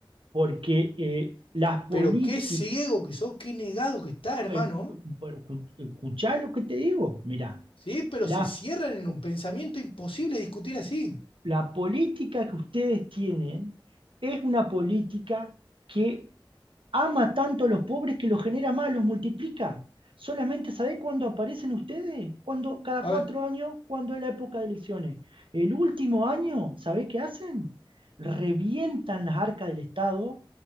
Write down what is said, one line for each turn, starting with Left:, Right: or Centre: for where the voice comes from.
Right: porque eh, las políticas
Left: Pero qué ciego que sos, qué negado que está, hermano.
Right: eh, bueno, escuchá lo que te digo. Mirá,
Left: Sí, pero
Right: la,
Left: se cierran en un pensamiento imposible discutir así.
Right: la política que ustedes tienen es una política que ama tanto a los pobres que los genera más, los multiplica. Solamente sabés cuándo aparecen ustedes, cuando cada
Left: A
Right: cuatro
Left: ver.
Right: años, cuando es la época de elecciones. El último año, ¿sabés qué hacen? Revientan las arcas del Estado,